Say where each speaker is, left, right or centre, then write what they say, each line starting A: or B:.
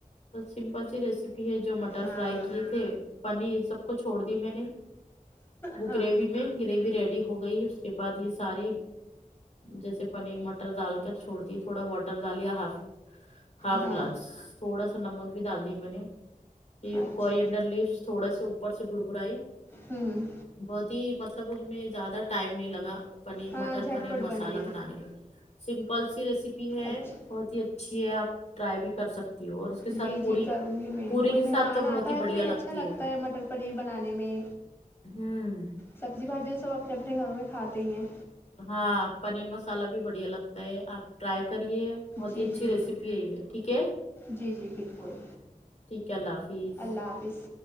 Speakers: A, on the left (about 55°); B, on the left (about 15°).
A: سمپل سی ریسپ پی ہےجو مٹر
B: ہاں
A: فرائی کیے تھے پنیر سب کو چھوڑ دی میں نے وہ
B: ہاں
A: گریوی میں گریوی ریڈی ہو گئی اس کے بعد یہ سارے جیسے پنیر مٹر ڈال کر چھوڑ دی تھوڑا واٹر ڈالیا ہاف ہاف
B: ہاں
A: گلاس تھوڑا سا نمک بھی ڈال دی میں نے پھر
B: اچھا
A: کور انڈر لیفس تھوڑے سے اوپر سے بر برئی
B: ہوں
A: بہت ہی مطلب اس میں زیادہ ٹائم نہیں لگا پنیر
B: ہاں
A: مٹر
B: جھٹ
A: پنیر
B: پٹ
A: مسالہ
B: بن گئی
A: بنانے میں سمپل سی ریسیپی ہے
B: اچھا
A: بہت ہی اچھی ہے آپ ٹرائی بھی کر سکتی ہو اور کے ساتھ
B: جی
A: پوری
B: جی کروں گی میں
A: پوری
B: کوئی
A: کے ساتھ
B: مہمان
A: تو
B: آتا
A: بہت ہی
B: ہے
A: بڑھیا
B: تو یہ
A: لگتی
B: اچھا لگتا ہے مٹر پنیر بنانے میں
A: ہوں
B: سبزی بھاجی تو سب اپنے اپنے گھروں میں کھاتے ہی ہیں
A: ہاں پنیر مسالہ بھی بڑھیا لگتا ہے آپ ٹرائی کریے بہت
B: جی
A: ہی اچھی
B: جی
A: ریسیپی ہے یہ ٹھیک ہے
B: جی جی بالکل
A: ٹھیک ہے اللہ حافظ
B: اللہ حافظ